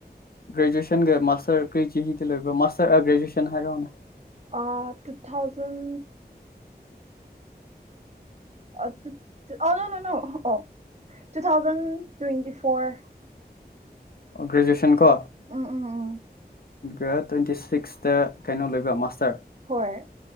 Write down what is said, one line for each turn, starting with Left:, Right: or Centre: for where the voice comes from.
Left: ꯒ꯭ꯔꯦꯖꯨꯑꯦꯁꯟꯒ ꯃꯥꯁꯇꯔ ꯀ꯭ꯔꯤ ꯆꯍꯤꯗ ꯂꯣꯏꯕ ꯃꯥꯁꯇꯔ ꯑ ꯒ꯭ꯔꯦꯖꯨꯑꯦꯁꯟ ꯍꯥꯏꯔꯧꯅꯦ
Right: ꯑꯥ ꯇꯨ ꯊꯥꯎꯖꯟ ꯑꯥ ꯇꯨ ꯇꯨ ꯑꯣ ꯅꯣ ꯅꯣ ꯅꯣ ꯑꯣ ꯇꯨ ꯊꯥꯎꯖꯟ ꯇ꯭ꯋꯦꯟꯇꯤ ꯐꯣꯔ
Left: ꯑꯣ ꯒꯦꯖꯨꯌꯦꯁꯟ ꯀꯣ
Right: ꯎꯝ ꯎꯝ ꯎꯝ
Left: ꯗꯨꯒ ꯇ꯭ꯋꯦꯟꯇꯤ ꯁꯤꯛꯁꯇ ꯀꯩꯅꯣ ꯂꯣꯏꯕ ꯃꯥꯁꯇꯔ
Right: ꯍꯣꯏ